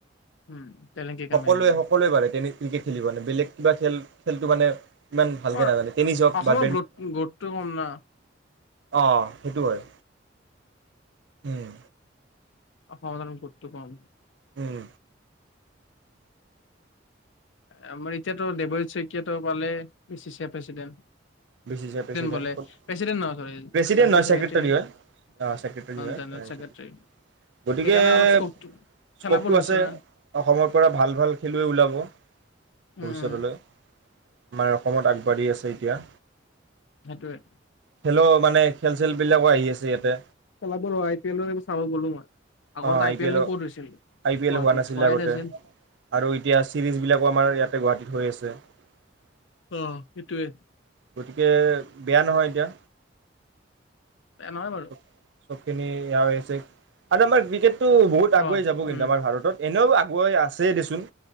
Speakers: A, on the left; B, on the right.
A: উম তেনে কি কাম
B: সকলোৱে
A: নেকি
B: সকলোৱে বাঢ়ে তেনে ক্ৰিকেট খেলিবানে বেলেগ কিবা খেল খেলটো মানে ইমান ভালকৈ
A: অ',
B: নাজানে টেনিছ হওক
A: অসমত
B: বা
A: গ্ৰোথ-গ্ৰোথটো কম না।
B: অ', সেইটো হয়। উম।
A: অসমত <unintelligible>
B: উম।
A: আমাৰ এতিয়াতো দেৱজীত শইকীয়াতটো পালে, B C C A president.
B: B C C A president
A: বোলে
B: ক'ত,
A: প্ৰেচিডেণ্ট নহয় চৰি
B: প্ৰেচিডেণ্ট
A: জেনেৰেল
B: নহয়,
A: ছেক্ৰেটাৰী
B: ছেক্ৰেটৰী
A: নে
B: হয়, অ, ছেক্ৰটৰী হয়।
A: জেনেৰেল ছেক্ৰেটাৰী
B: গতিকে
A: সেইকাৰণে অলপ স্কপটো
B: স্ক'পটো
A: খেলাবোৰ হৈছে
B: আছে
A: না
B: অসমৰ পৰা ভাল ভাল খেলুৱৈ ওলাব। ভবিষ্যতলৈ।
A: উম উম
B: আমাৰ অসমত আগবাঢ়ি আছে এতিয়া।
A: সেইটোৱে।
B: খেলো মানে খেল চেলবিলাকো আহি আছে ইয়াতে।
A: খেলাবোৰ অ', আই পি এলৰে চাব গ'লো মই। আগত
B: অ', আই পি
A: এল
B: এলো,
A: নো ক'ত হৈছিল
B: আই পি
A: গুৱাহাটীত
B: এলো হোৱা নাছিলে
A: হোৱাই
B: আগতে
A: নাছিল
B: আৰু এতিয়া চিৰিজ বিলাকো আমাৰ ইয়াতে গুৱাহাটীত হৈ আছ <unintelligible>
A: অ', সেইটোৱে।
B: গতিকে বেয়া নহয় এতিয়া।
A: বেয়া নহয় বাৰু।
B: চব চবখিনি ইয়া হৈছে আৰু আমাৰ বি জে তো বহুত
A: অ
B: আগুৱাই যাব
A: উম
B: কিন্তু আমাৰ ভাৰত, এনেও গৈ আছ দে দেচোন,